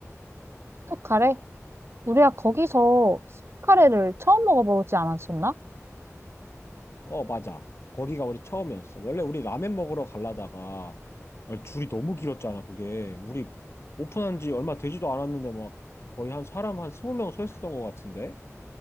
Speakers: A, on the right; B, on the left.
A: 스프카레? 우리가 거기서 스프카레를 처음 먹어보지 않았었나?
B: 어, 맞아. 거기가 우리 처음이었어. 원래 우리 라면 먹으러 가려다가 아, 줄이 너무 길었잖아, 그게. 우리 오픈한 지 얼마 되지도 않았는데 막 거의 한 사람 한 20명 서 있었던 것 같은데?